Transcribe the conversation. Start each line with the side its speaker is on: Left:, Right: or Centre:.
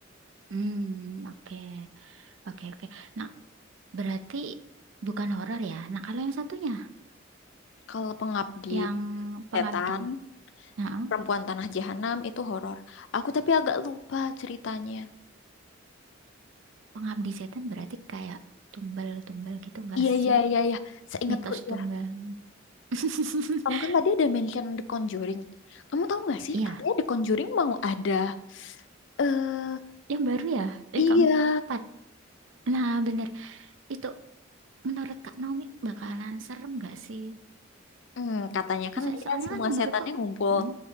Right: Hmm, oke. Oke, oke. nah Berarti bukan horor ya. Nah, kalau yang satunya,
Left: Kalau Pengabdi
Right: yang pengabdi.
Left: Setan,
Right: Nah, eh,
Left: Perempuan Tanah Jahanam itu horor. Aku tapi agak lupa ceritanya.
Right: pengabdi setan berarti kayak tumbal-tumbal gitu nggak
Left: Iya, iya,
Right: sih?
Left: iya, iya. Seingatku
Right: Mitos
Left: iya.
Right: tunggal. <laughs>
Left: Kamu kan tadi ada mention The Conjuring. Kamu tahu nggak sih,
Right: Iya,
Left: katanya The Conjuring mau ada. Eh,
Right: yang baru ya, yang
Left: iya.
Right: keempat. Nah, bener. Itu menurut Kak Naomi bakalan serem nggak sih?
Left: Hmm, katanya
Right: Maksudnya
Left: kan dia
Right: soalnya
Left: semua
Right: kan menurutku,
Left: setannya ngumpul.
Right: eh,